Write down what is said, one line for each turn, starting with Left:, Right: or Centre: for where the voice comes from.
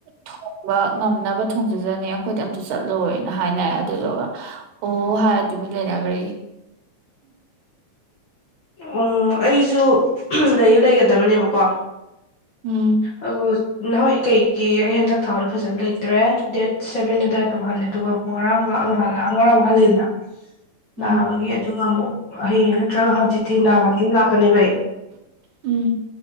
Right: ꯊꯣꯡꯕ ꯉꯝꯅꯕ ꯊꯣꯡꯖꯖꯅꯤ ꯑꯩꯈꯣꯏꯗꯤ ꯑꯝꯇ ꯆꯠꯂꯣꯏꯅ ꯍꯥꯏꯅꯔꯦ ꯑꯗꯨꯗꯨꯒ ꯑꯣ ꯍꯥꯏꯔ ꯇꯨꯃꯤ ꯂꯩꯅꯈ꯭ꯔꯦ
Left: ꯑꯣ ꯑꯩꯁꯨ ꯂꯩ ꯂꯩꯒꯗꯕꯅꯦꯕꯀꯣ
Right: ꯎꯝ
Left: ꯑ ꯅꯍꯣꯏ ꯀꯩꯒꯤ ꯑꯩ ꯍꯟꯗꯛ ꯊꯥꯎꯗꯤ ꯐꯖꯅ ꯂꯩꯇ꯭ꯔꯦ ꯗꯦꯠ ꯁꯚꯦꯟ ꯑꯗꯨꯋꯥꯏꯗꯝ ꯍꯜꯂꯦ ꯑꯗꯨꯒ ꯑꯃꯨꯛ ꯉꯔꯥꯡ ꯂꯥꯛꯍꯜꯂꯥꯛꯑ ꯉꯔꯥꯡ ꯑꯃꯨꯛ ꯍꯜꯂꯤꯂꯦꯅ
Right: ꯎꯝ
Left: ꯅꯥꯕꯒꯤ ꯑꯗꯨꯒ ꯑꯃꯨꯛ ꯍꯌꯦꯠꯇ꯭ꯔꯖꯤ ꯀꯅꯤ
Right: ꯎꯝ